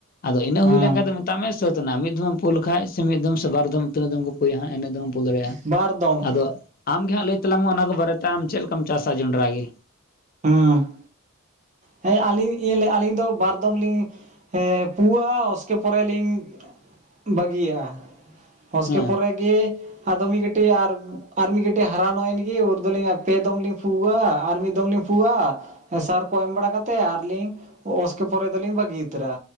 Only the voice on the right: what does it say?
ᱦᱮᱸ
ᱵᱟᱨ ᱫᱚᱢ
ᱦᱩᱸ ᱦᱮᱸ ᱟᱞᱤᱧ ᱤᱧ ᱟᱞᱤᱧ ᱫᱚ ᱵᱟᱨ ᱫᱚᱢ ᱞᱤᱧ ᱯᱩᱣᱟᱜᱼᱟ ᱩᱥᱠᱮ ᱯᱚᱨᱮ ᱞᱤᱧ ᱵᱟᱹᱜᱤᱭᱟᱜᱼᱟ, ᱩᱥᱠᱮ
ᱯᱚᱨᱮ ᱜᱮ ᱟᱫᱚ ᱢᱤᱫ ᱠᱟᱹᱴᱤᱡ ᱟᱨ ᱟᱨ ᱢᱤᱫ ᱠᱟᱹᱴᱤᱡ ᱦᱟᱨᱟᱱᱚᱜ ᱮᱱᱜᱤ ᱩᱱ ᱫᱚᱞᱤᱧ ᱟᱨ ᱯᱮ ᱫᱚᱢ ᱞᱤᱧ ᱯᱷᱩᱜᱚᱜᱼᱟ, ᱟᱨ ᱢᱤᱫ ᱫᱚᱢ ᱞᱤᱧ ᱯᱩᱣᱟᱜᱼᱟ, ᱥᱟᱨ ᱠᱚ ᱮᱢ ᱵᱟᱲᱟ ᱠᱟᱛᱮ ᱟᱨᱞᱤᱧ ᱚᱥᱠᱮ ᱯᱚᱨᱮ ᱫᱚᱞᱤᱧ ᱵᱟᱜᱤ ᱩᱛᱟᱹᱨᱟ,